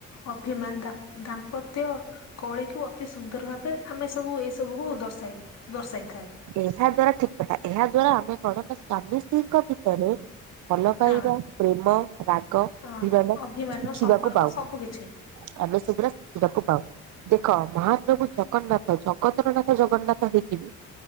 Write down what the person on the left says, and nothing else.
ଅଭିମାନ ଦ ଦାମ୍ପତ୍ୟ କଳିକୁ ଅତି ସୁନ୍ଦର ଭାବେ ଆମେ ସବୁ ଏଇ ସବୁକୁୁ ଦର୍ଶାଇ ଦର୍ଶାଇଥାଏ।
ହଁ
ହଁ
ଅଭିମାନ
ସମ୍ପର୍କ
ସବୁ କିଛି